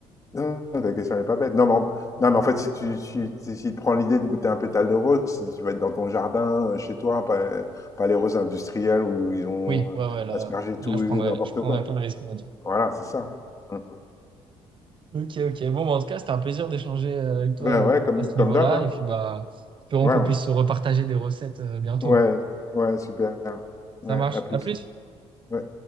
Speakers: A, on the left; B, on the right.
A: non, ta question n'est pas bête. Non, mais, en... non, mais en fait, si tu si, si, si tu prends l'idée de goûter un pétale de rose, si tu vas être dans ton jardin, euh, chez toi, pas, pas les roses industrielles où ils ont
B: Oui,
A: euh,
B: ouais, ouais, là,
A: aspergé tout
B: là je
A: et
B: prendrais,
A: n'importe
B: je prendrais
A: quoi.
B: pas le risque, on va dire.
A: Voilà, c'est ça. Mm.
B: Ok, ok. Bon, bah, en tout cas, c'était un plaisir d'échanger euh, avec toi
A: Ben
B: euh,
A: ouais, comme,
B: à ce
A: comme
B: niveau-là.
A: d'hab, hein.
B: Et puis, bah, espérons
A: Ouais,
B: qu'on
A: ouais,
B: puisse se repartager des recettes euh, bientôt.
A: ouais, ouais, super.
B: Ça
A: Ouais,
B: marche.
A: à plus.
B: À plus.
A: Ouais.